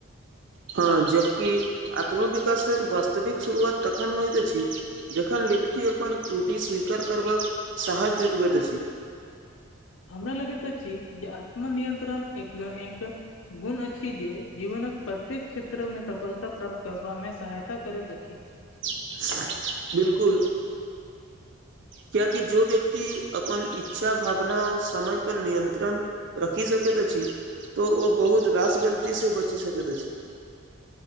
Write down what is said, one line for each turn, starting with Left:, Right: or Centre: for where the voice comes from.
Right: हँ जबकि आत्मविकासक वास्तविक शुरुआत तखन होइत अछि जखन व्यक्ति अपन त्रुटि स्वीकार करबाक साहस जुटबैत अछि
Left: हमरा लगैत अछि जे आत्मनियंत्रण एक एक गुण अछि जे जीवनक प्रत्येक क्षेत्र में सफलता प्राप्त करबामे सहायता करैत अछि
Right: ज बिल्कुल कियाकि जो व्यक्ति अपन इच्छा भावना आ समय पर नियन्त्रण रखि सकैत अछि तऽ ओ बहुत रास गलतीसँ बचि सकैत अछि